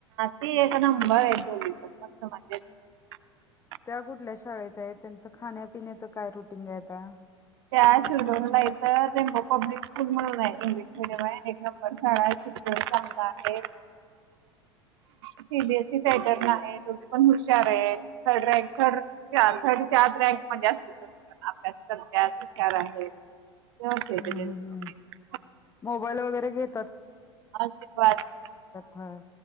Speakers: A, on the right; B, on the left.
A: ती एक नंबर आहेत. दोघी पण मस्त मजेत आहेत.
B: त्या कुठल्या शाळेत आहेत, त्यांच खाण्यापिण्याचं काय रुटीन हाय आता?
A: त्या शिरढोण ला आहेत. इथं ते पब्लिक स्कूल म्हणून आहे, इंग्लिश मिडियम आहे एक नंबर शाळा हाय शिक्षण चांगलं आहे.
B: <inaudible>
A: सीबीएसई पॅटर्न आहे. दोघी पण हुशार आहेत. थर्ड रँकर थर्ड त्याचं रँक मध्ये असतेत दोघी पण, अभ्यास करत्यात हुशार आहेत. व्यवस्थित आहे
B: ह
A: त्यांचं
B: ह ह
A: दोघींचं
B: मोबाईल वगैरे घेत.
A: <unintelligible> अ
B: फार